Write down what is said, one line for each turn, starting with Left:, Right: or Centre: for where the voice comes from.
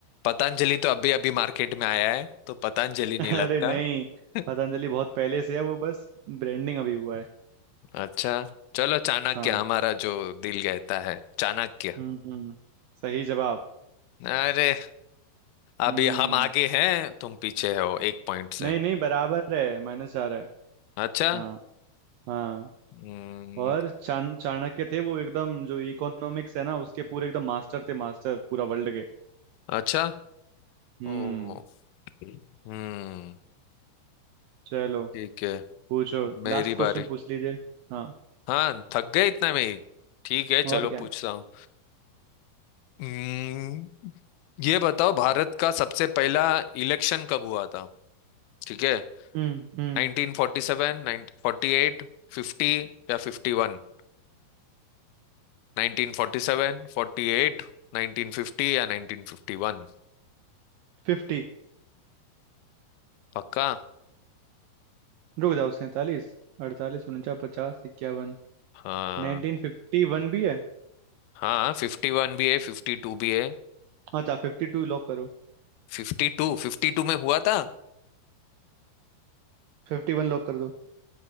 Left: पतंजलि तो अभी अभी मार्केट में आया है तो पतंजलि
Right: <laughs>
Left: नहीं
Right: अरे
Left: लगता
Right: नहीं
Left: <laughs>
Right: पतंजलि बहुत पहले से है वो बस ब्रांडिंग अभी हुआ है
Left: अच्छा चलो चाणक्य
Right: हाँ।
Left: हमारा जो दिल कहता है चाणक्य
Right: हम्म सही जवाब
Left: अरे अभी
Right: हम्म
Left: हम आगे हैं तुम पीछे हो एक पॉइंट से
Right: नहीं नहीं बराबर है माइनस चार है
Left: अच्छा
Right: हाँ हाँ
Left: हम्म,
Right: और चाण चाणक्य थे वो एकदम जो इकोनॉमिक्स है ना उसके पूरे एकदम मास्टर थे मास्टर पूरा वर्ल्ड के
Left: अच्छा
Right: हम्म
Left: ओ हम्म
Right: चलो
Left: ठीक है
Right: पूछो
Left: मेरी
Right: लास्ट क्वेश्चन
Left: बारी
Right: पूछ लीजिए हाँ
Left: हाँ थक गए इतना में ही ठीक है चलो
Right: और क्या
Left: पूछता हूँ हम्म, ये बताओ भारत का सबसे पहला इलेक्शन कब हुआ था ठीक है
Right: हम्म हम्म
Left: 1947 48 50 या 51 1947 48 1950 या 1951
Right: फिफ्टी
Left: पक्का
Right: रुक जाओ सैंतालीस अड़तालीस उनचास पचास इक्यावन
Left: हाँ
Right: नाइनटीन फिफ्टी वन भी है
Left: हाँ 51 भी है 52 भी है
Right: अच्छा फिफ्टी टू लॉक करो
Left: 52 52 में हुआ था
Right: फिफ्टी वन लॉक कर दो